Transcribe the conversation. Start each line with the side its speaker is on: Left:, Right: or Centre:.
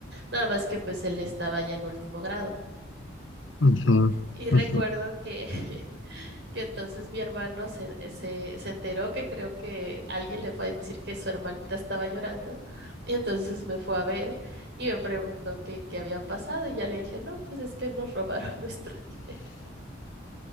Right: nada más que pues él estaba ya en último grado.
Left: ujú,
Right: Y recuerdo
Left: ujú, <laughs>
Right: que, <laughs> que entonces mi hermano se, se, se enteró que creo que alguien le fue a decir que su hermanita estaba llorando y entonces me fue a ver y me preguntó qué qué había pasado y ya le dije, no, pues es que nos robaron <laughs> nuestro dinero.